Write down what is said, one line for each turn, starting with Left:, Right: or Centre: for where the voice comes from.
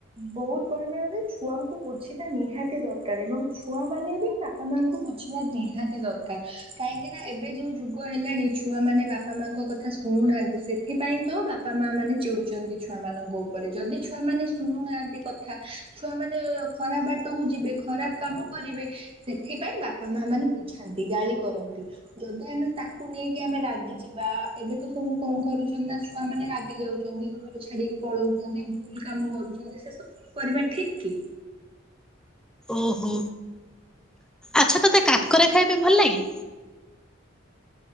Right: ବହୁତ ପରିମାଣରେ ଛୁଆଙ୍କୁ କୁ ବୁଝିବା ନିହାତି ଦରକାର ଏବଂ ଛୁଆ ମାନେ ବି ବାପା ମାଙ୍କୁ ବୁଝିବା ନିହାତି ଦରକାର। କାହିଁକି ନା ଏବେ ଯୋଉ ଯୁଗ ହେଲାଣି ଛୁଆ ମାନେ ବାପା ମାଙ୍କ କଥା ଶୁନାହାନ୍ତି ସେଥିପାଇଁ ତ ବାପା ଆ ମାନେ ଚିଡୁଛନ୍ତି ଛୁଆ ମାନଙ୍କ ଉପରେ ଯଦି ଛୁଆ ମାନେ ଶୁଣୁନାହାନ୍ତି କଥା ଛୁଆ ମାନେ ଖରାପ ବା ଟକୁ ଯିବେ ଖରାପ କାମ କରିବେ ସେଥିପାଇଁ ବାପା ମା ମାନେ ବୁଝାନ୍ତି ଗାଳି କରନ୍ତି। ଯଦି ଆମେ ତାକୁ ନେଇକି ଆମେ ରାଗି ଯିବା ଏବେ ତ ସବୁ କଣ କରୁଛନ୍ତି ନା ଛୁଆ ମାନେ ରାଗି ଯାଉଛନ୍ତି। ଘର ଛାଡିକି ପଳଉଛନ୍ତି ଭୁଲ କାମ କରୁଛନ୍ତି ସେ ସବୁ କରିବା ଠିକ କି
Centre: ଓହୋ ଆଚ୍ଛା ତୋତେ କାକରା ଖାଇବା ପାଇଁ ଭଲ ଲାଗେ?